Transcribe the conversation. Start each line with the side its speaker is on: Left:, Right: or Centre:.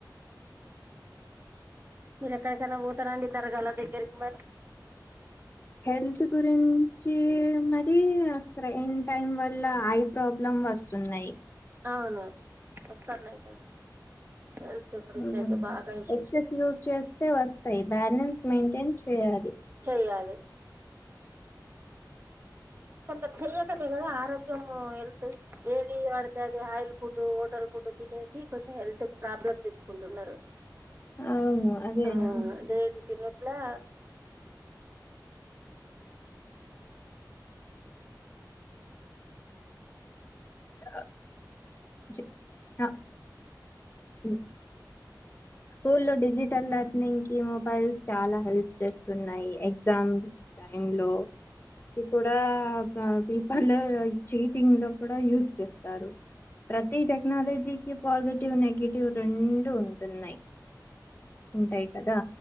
Right: మీరు ఎక్కడికైనా పోతారంండి తరగాల దగ్గరకి మరి
Left: హెల్త్ గురించి మరి అక్కడ ఇన్ టైం వల్ల ఐ ప్రాబ్లం వస్తున్నాయి
Right: అవును వస్తున్నాయి గాదా హెల్త్ గురించి
Left: హ్మ్
Right: అయితే బాగా ఇష్యూ
Left: ఎక్సెస్
Right: ఇష్యూస్
Left: యూజ్ చేస్తే వస్తాయి బ్యాలెన్స్ మెయింటైన్ చేయాలి
Right: చేయాలి కొంచం చెయకనే కదా ఆరోగ్యము హెల్త్ ఏది పడితే అది ఆయిల్ ఫుడ్, హోటల్ ఫుడ్ తినేసి కొంచెం హెల్త్ కి ప్రాబ్లమ్ తెచ్చుకుంటున్నరు.
Left: అవును అదేనా
Right: ఆ డైలీ తినట్లా
Left: ఆ జె ఆ ఉ స్కూల్లో డిజిటల్ లెర్నింగ్ కి మొబైల్స్ చాలా హెల్ప్ చేస్తున్నాయి. ఎగ్జామ్ టైంలో కి కూడా ఆ పీపర్లో చీటింగ్ లో కూడా యూస్ చేస్తారు. ప్రతి టెక్నాలజీకి పాజిటివ్ నెగిటివ్ రెండు ఉంటున్నాయి. ఉంటాయి కదా